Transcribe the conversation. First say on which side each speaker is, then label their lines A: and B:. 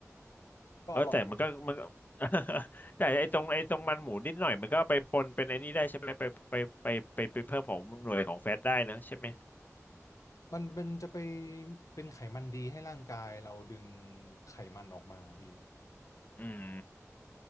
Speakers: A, on the left; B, on the left.
A: ก็อร่อยดีครับ
B: เออแต่มันก็มันก็ <laughs> แต่ไอ้ตรงไอ้ตรงมันหมูนิดหน่อยมันก็ไปปนเป็นไอ้นี่ได้ใช่ไหมไปไปไปไปไปเพิ่มของหน่วยของแฟตได้นะใช่ไหม
A: มันเป็นจะไปเป็นไขมันดีให้ร่างกายเราดึงไขมันออกมาพี่
B: อืม